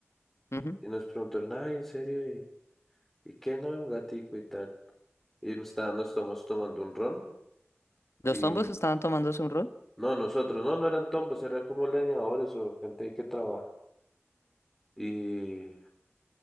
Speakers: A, on the left (about 65°); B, in the centre.
A: ujú.
B: Y nos preguntaron, ay, ¿en serio? ¿Y, y qué no? Un gatico y tal. Y me está- nos estamos tomando un ron.
A: ¿Los
B: Y
A: tombos estaban tomándose un rol?
B: no, nosotros, no, no eran tombos, eran como leñadores o gente que trabaja. Y,